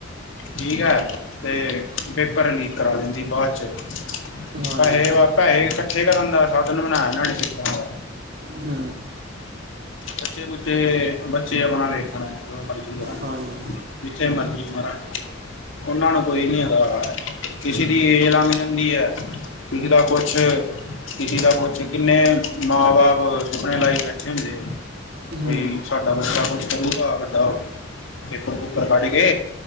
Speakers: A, on the left; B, on the right.
A: ਠੀਕ ਹੈ ਤੇ ਪੇਪਰ ਲੀਕ ਕਰਾ ਦਿੰਦੀ ਬਾਅਦ ਚ
B: ਹਾਂਜੀ
A: ਪੈਹੇ ਬਸ ਪੈਹੇ ਇਕੱਠੇ ਕਰਨ ਦਾ ਸਾਧਨ ਬਣਾਇਆ ਇਹਨਾਂ ਨੇ ਪੇਪਰਾਂ ਦਾ
B: ਹੂੰ।
A: ਬੱਚੇ-ਬੱਬੁ ਬੱਚੇ ਆਪਣਾ ਵੇਖਣ ਜੋ ਮਰਜੀੀ ਕਰਣ
B: ਹਾਂਜੀ।
A: ਜਿੱਥੇ ਮਰਜ਼ੀ ਮਰਣ- ਉਹਨਾਂ ਨੂੰ ਕੋਈ ਨੀ ਹੈਗਾ ਕਿਸੀ ਦੀ ਏਜ ਲੰਘ ਜਾਂਦੀ ਐ। ਕਿਸੀ ਦਾ ਕੁੱਛ - ਕਿਸੀ ਦਾ ਕੁਛ ਕਿੰਨੇ ਮਾਂ ਬਾਪ ਸੁਪਨੇ ਲਾਈ ਬੈਠੇ ਹੁੰਦੇ ਐ।
B: ਹੂੰ
A: ਬਈ ਸਾਡਾ ਨੱਚਾ ਕੁਛ ਕਰੂਗਾ ਵੱਡਾ ਹੋਵੇ ਪੇਪਰ ਪੂਪਰ ਕੱਢ ਕੇ